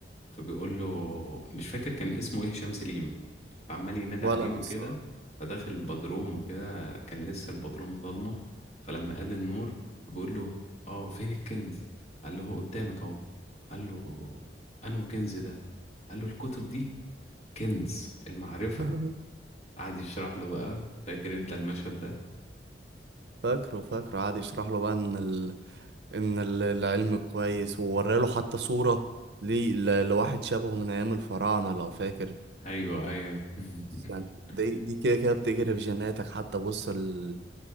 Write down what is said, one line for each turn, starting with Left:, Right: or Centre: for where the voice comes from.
Left: فبيقول له مش فاكر كان اسمه ايه هشام سليم فعمال ينادي
Right: ولا
Left: عليه
Right: انا
Left: وكده
Right: الصراحة
Left: فداخل البدروم وكده كان لسه البدروم ضلمة فلما قاد النور بيقول له اه فين الكنز قال له هو قدامك اهو قال له انه كنز ده قال له الكتب دي كنز المعرفة
Right: <laughs>
Left: قعد يشرح له بقى فاكر انت المشهد ده
Right: فاكره فاكره قعد يشرح له بقى ان ان ال- العلم كويس ووراله حتى صورة ليه ل- لواحد شبهه من ايام الفراعنة لو فاكر
Left: ايوه ايوه <laughs>
Right: بس يعني دي دي كده كده بتجري في جيناتك حتى بص ال...